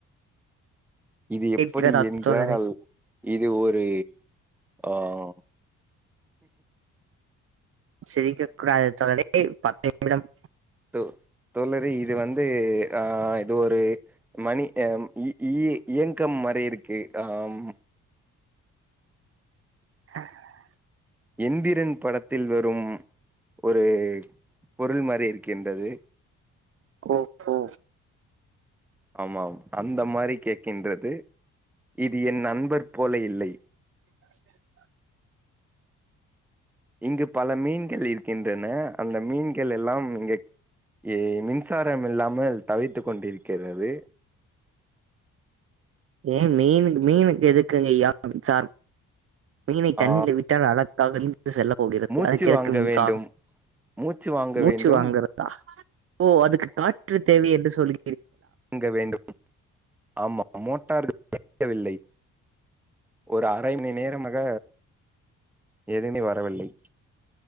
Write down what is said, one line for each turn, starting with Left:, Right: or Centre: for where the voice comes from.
Centre: இது
Right: கேட்கிறதா
Centre: எப்படி என்றால்
Right: தோழரே
Centre: இது ஒரு ஆஹ்
Right: சிரிக்க கூடாது தோழரே ஏய் பத்து நிமிடம்
Centre: தோ தோழரே இது வந்து ஆ இது ஒரு மணி அம் இ இ இயங்கம் மாரி இருக்கு ஆம்
Right: <inaudible>
Centre: எந்திரன் படத்தில் வரும் ஒரு பொருள் மாரி இருக்கின்றது
Right: ரோபோ
Centre: ஆமாம் அந்த மாரி கேட்கின்றது இது என் நண்பர் போல இல்லை
Right: <inaudible>
Centre: இங்கு பல மீன்கள் இருக்கின்றன அந்த மீன்கள் எல்லாம் இங்க ஏ ஐ மின் சாரம் இல்லாமல் தவித்து கொண்டிருக்கிறது
Right: ஏன் மீனுக் மீனுக் எதுக்குங்க ஐயா மின்சாரம் மீனை தண்ணில
Centre: ஆ
Right: விட்டால் அழகாக நீந்து செல்ல போகிறது
Centre: மூச்சு
Right: அதுக்கு எதுக்கு
Centre: வாங்க
Right: மின்சாரம்
Centre: வேண்டும் மூச்சு வாங்க
Right: மூச்சு
Centre: வேண்டும்
Right: வாங்கிறதா ஓ அதுக்கு காற்று தேவை என்று சொல்லி
Centre: வாங்க வேண்டும் ஆமா மோட்டார்கள் <inaudible> வில்லை ஒரு அரை மணி நேரமாக எதுமே வரவில்லை